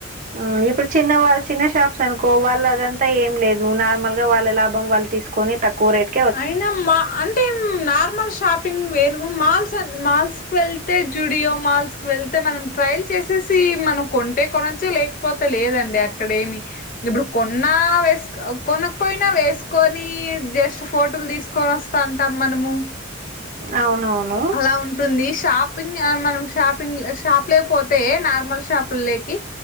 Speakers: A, on the right (about 40°); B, on the left (about 45°).
A: ఆ ఇప్పుడు చిన్న చిన్న షాప్స్ అనుకో వాళ్ళు అదంతా ఏం లేదు నార్మల్ గ వాళ్ళ లాభం వాళ్ళు తీసుకొని తక్కువ రేట్
B: అయినా మా అం
A: <inaudible>
B: నార్మల్ షాపింగ్ వేరు మాల్స్ అ మాల్స్‌కు వెళ్తే జుడియో మాల్స్ వెళ్తే మనం ట్రయిల్ చేసేసి మనం కొంటే కొనొచ్చు లేకపోతే లేదండి అ క్కడేమి ఇప్పుడు కొన్నా వేస్క్ కొనకపోయినా వేసుకొని జస్ట్ ఫోటలు తీసుకొని వస్తాంటం మనము
A: అవునవును
B: ఆ ఉంటుంది షాపింగ్ మనం షాపింగ్ షాప్ లేకపోతే నార్మల్ షాపుల్లేకి